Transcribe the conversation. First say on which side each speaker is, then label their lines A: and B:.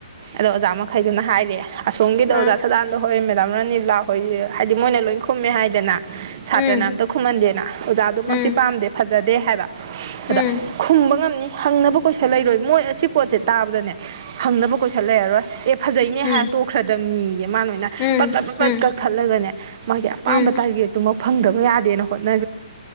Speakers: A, on the right (about 35°); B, on the left (about 20°).
A: ꯑꯗꯣ ꯑꯣꯖꯥ ꯃꯈꯩꯗꯨꯅ ꯍꯥꯏꯔꯑꯦ ꯑꯁꯣꯝꯒꯤꯗ
B: ꯑꯥ
A: ꯑꯣꯖꯥ ꯁꯗꯥꯟꯗꯣ ꯍꯣꯏ ꯃꯦꯗꯥꯝ ꯔꯥꯅꯤ ꯂꯥꯎ ꯑꯩꯈꯣꯏꯗꯤ ꯍꯥꯏꯗꯤ ꯃꯣꯏꯅ ꯂꯣꯏ ꯈꯨꯝꯃꯦ ꯍꯥꯏꯗꯅ ꯁꯥꯇ꯭ꯔꯅ
B: ꯎꯝ
A: ꯑꯝꯇ ꯈꯨꯝꯃꯟꯗꯦꯅ ꯑꯣꯖꯥꯗꯨꯃꯛꯇꯤ
B: ꯎꯝ
A: ꯄꯥꯝꯗꯦ ꯐꯖꯩ ꯖꯗꯦ ꯍꯥꯏꯕ ꯑꯗ
B: ꯎꯝ
A: ꯈꯨꯝꯕ ꯉꯝꯅꯤ ꯍꯪꯅꯕ ꯀꯣꯏꯁꯠ ꯂꯩꯔꯣꯏ ꯃꯣꯏ ꯑꯁꯤ ꯄꯣꯠꯁꯦ ꯇꯥꯕꯗꯅꯦ ꯍꯪꯅꯕ ꯀꯣꯏꯁꯠ ꯂꯩꯔꯔꯣꯏ ꯑꯦ ꯐꯖꯩꯅꯦ
B: ꯎꯝ
A: ꯍꯥꯏꯔ ꯇꯣꯛꯈ꯭ꯔꯗꯝꯕꯅꯤ ꯃꯥꯅꯣꯏꯅ
B: ꯎꯝ
A: ꯄꯠ ꯄꯠ ꯄꯠ
B: ꯎꯝ
A: ꯄꯠ ꯀꯛꯊꯠꯂꯒꯅꯦ ꯃꯥꯒꯤ ꯑꯄꯥꯝꯕ
B: ꯎꯝ
A: ꯇꯥꯔꯒꯦꯠꯇꯨꯃꯛ ꯐꯪꯗꯕ ꯌꯥꯗꯦꯅ ꯍꯣꯠꯅ